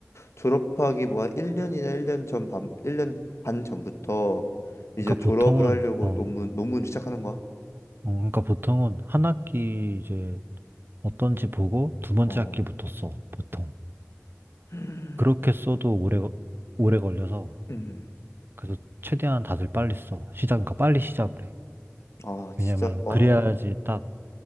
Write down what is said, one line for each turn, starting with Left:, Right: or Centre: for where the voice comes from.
Left: 졸업하기 뭐 한 1년이나 1년 전 반, 1년 반 전부터
Right: 그러니까
Left: 이제 졸업을
Right: 보통은,
Left: 하려고
Right: 어,
Left: 논문, 논문 시작하는 거야?
Right: 어, 그러니까 보통은 한 학기 이제 어떤지 보고 두 번째
Left: 어.
Right: 학기부터 써, 보통.
Left: <sighs>
Right: 그렇게 써도 오래, 거- 오래 걸려서
Left: 음.
Right: 그래서 최대한 다들 빨리 써. 시작은 가- 빨리 시작을 해.
Left: 아,
Right: 왜냐면
Left: 진짜, 아,
Right: 그래야지 딱